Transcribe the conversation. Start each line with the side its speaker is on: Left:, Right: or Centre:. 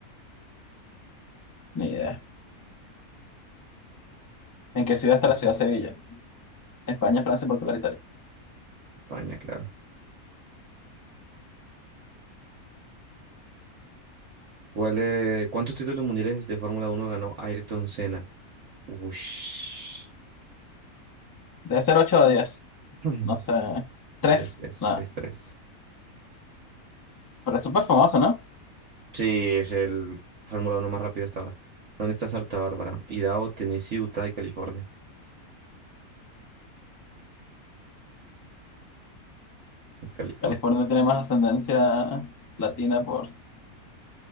Left: Ni idea. ¿En qué ciudad está la ciudad de Sevilla? España, Francia, Portugal, Italia.
Right: España, claro. ¿Cuál, eh, cuántos títulos mundiales de Fórmula Uno ganó Ayrton Senna? Ush.
Left: Debe ser 8 o 10.
Right: <clears throat>
Left: No sé. 3.
Right: tres, tres,
Left: Nada.
Right: tres, tres.
Left: Pero es súper famoso, ¿no?
Right: Sí, es el Fórmula Uno más rápido hasta ahora. ¿Dónde está Santa Bárbara? Idaho, Tennessee, Utah y California. California.
Left: California tiene más ascendencia latina por